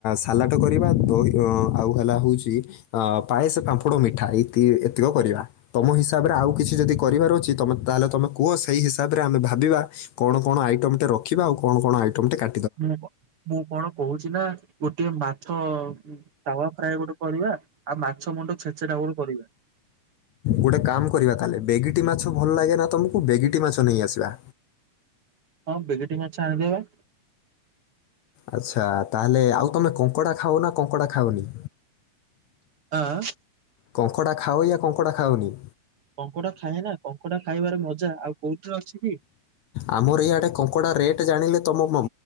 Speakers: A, on the left; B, on the right.
A: ସାଲା ଟ କରିବା ଦ ଅଁ ଆଉ ହେଲା ହେଉଚି ଅ ପାଏସେ ପାମ୍ପୁଡ ମିଠା ଏଇ ଏତିକି କରିବା। ତମ ହିସାବରେ ଆଉ କିଛି ଯଦି କରିବାର ଅଛି ତମେ ତାହେଲେ ତୁମେ କୁହ ସେଇ ହିସାବରେ ଆମେ ଭାବିବା କଣ କଣ ଆଇଟମଟେ ରଖିବା ଆଉ କଣ କଣ ଆଇଟମଟେ କା
B: ମୁଁ ମୁଁ କଣ କହୁଛିନା ଗୋଟେଏ ମାଛ ଉଁ ତାୱା ଫ୍ରାଏ ଗୋଟେ କରିବା ଆଉ ମାଛ ମୁଣ୍ଡ ଛେଚେଡ଼ା ଗୋଟେ କରିବା।
A: ଗୋଟେ କାମ୍ କରିବା ତାହେଲେ ବେଗିଟି ମାଛ ଭଲ ଲାଗେନା ତମକୁ ବେଗିଟି ମାଛ ନେଇ ଆସିବା।
B: ହଁ ବେଗିଟି ମାଛ ଆଣିଦବା।
A: ଆଚ୍ଛା ତାହେଲେ ଆଉ ତମେ କଙ୍କଡ଼ା ଖାଅନା କଙ୍କଡ଼ା ଖାଅନି?
B: ଆଁ।
A: କଙ୍କଡ଼ା ଖାଅ ୟ କଙ୍କଡ଼ା ଖାଅନି?
B: କଙ୍କଡା ଖାଏନା କଙ୍କଡ଼ା ଖାଇବାରେ ମଜା ଆଉ କୋଉଠିରେ ଅଛିକି।
A: ଆମର ଏଇଆଡ଼େ କଙ୍କଡ଼ା ରେଟ୍ ଜାଣିଲେ ତମ ଉଁ